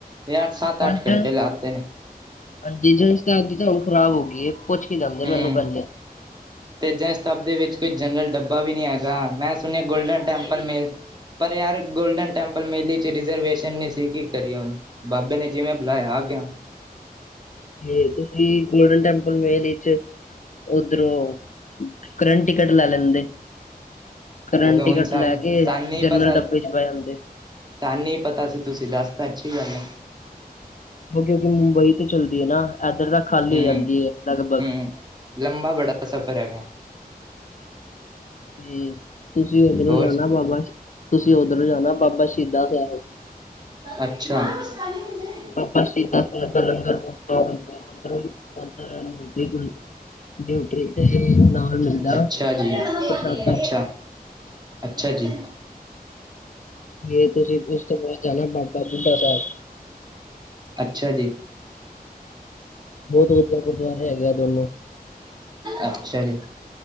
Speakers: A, on the right; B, on the left.
A: ਯਾਰ ਸੱਤ-ਅੱਠ
B: ਹਾਂਜੀ
A: ਘੰਟੇ ਲਾਤੇ ਨੇ,
B: ਹਾਂਜੀ! ਜਨ ਸਤਾਬਦੀ ਦੀ ਤਾਂ ਹੁਣ ਖਰਾਬ ਹੋ ਗਈ ਏ, ਪੁੱਛ ਕੇ ਜਾਂਦੇ
A: ਹੂੰ
B: ਮੈਨੂੰ ਪਹਿਲੇ,
A: ਤੇ ਜਨ ਸ਼ਤਾਬਦੀ ਵਿੱਚ ਕੋਈ ਜਨਰਲ ਡੱਬਾ ਵੀ ਨਹੀਂ ਹੈਗਾ। ਮੈਂ ਸੁਣਿਆ ਗੋਲਡਨ ਟੈਂਪਲ ਮੇ, ਪਰ ਯਾਰ ਗੋਲਡਨ ਟੈਂਪਲ ਮੇਲੇ ਚ ਰਿਜਰਵੇਸ਼ਨ ਸਹੀ ਕੀ ਓਹਣ ਬਾਬੇ ਨੇ ਜਿਵੇਂ ਬੁਲਾਇਆ ਆ ਗਿਆ।
B: ਤੇ ਤੁਸੀਂ ਗੋਲਡਨ ਟੈਂਪਲ ਮ ਇਹਦੇ ਚ। ਉਧਰੋਂ ਕਰੰਟ ਟਿਕਟ ਲੈ ਲੈਂਦੇ। ਕਰੰਟ
A: ਚਲੋ
B: ਟਿਕਟ
A: ਹੁਣ ਸਾਨੂੰ
B: ਲੈ ਕੇ
A: ਸਾਨੂੰ ਨਹੀਂ
B: ਜਨਰਲ
A: ਪਤਾ
B: ਡੱਬੇ ਚ ਪਏ ਜਾਂਦੇ।
A: ਸਾਨੂੰ ਹੀ ਪਤਾ ਸੀ ਤੁਸੀਂ ਦੱਸ ਤਾਂ ਅੱਛੀ ਗੱਲ ਹੈ।
B: ਉਹ ਕਿਉਂਕਿ ਮੁੰਬਈ ਤੇ ਚੱਲਦੀ ਹੈ ਨਾ ਇੱਧਰ ਤਾਂ ਖਾਲੀ
A: ਹੂੰ
B: ਹੋ ਜਾਂਦੀ ਹੈ ਲਗਭਗ
A: ਹੂੰ ਲੰਬਾ ਬੜਾ ਸਫ਼ਰ ਹੈਗਾ।
B: ਤੇ ਤੁਸੀਂ ਉਧਰੋਂ
A: ਹੋਰ
B: ਜਾਣਾ ਬਾਬਾ ਤੁਸੀਂ ਓਧਰੋਂ ਜਾਣਾ। ਬਾਬਾ ਸ਼ਹੀਦਾ ਸਾਹਿਬ।
A: ਅੱਛਾ <inaudible>
B: ਬਾਬਾ ਸ਼ਹੀਦਾ ਸਾਹਿਬ ਦਾ ਲੰਗਰ ਸਵਾਦ ਹੁੰਦਾ <inaudible> ਉਧਰ ਉੱਧਰ ਨ ਨਿਊਟਰੀ ਤੇ ਨਾਲ ਮਿਲਦਾ
A: ਅੱਛਾ ਜੀ
B: ਪ੍ਰਸ਼ਾਦਾ।
A: ਅੱਛਾ ਅੱਛਾ ਜੀ।
B: ਇਹ ਤੁਸੀਂ ਉਸ ਤੋਂ ਬਾਅਦ ਜਾਣਾ ਬਾਬਾ ਬੁੱਢਾ ਸਾਹਿਬ।
A: ਅੱਛਾ ਜੀ।
B: ਬਹੁਤ ਵਧੀਆ ਗੁਰਦੁਆਰੇ ਹੈਗੇ ਆ ਦੋਨੋ।
A: ਅੱਛ ਜੀ!